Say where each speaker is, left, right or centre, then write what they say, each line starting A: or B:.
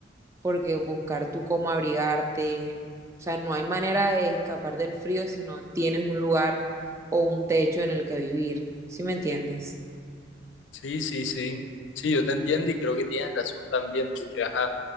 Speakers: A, on the right; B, on the left.
A: porque buscar tú cómo abrigarte, o sea, no hay manera de escapar del frío si no tienes un lugar o un techo en el que vivir, ¿sí me entiendes?
B: Sí, sí, sí. Sí, yo te entiendo y creo que tienes razón también, porque ajá,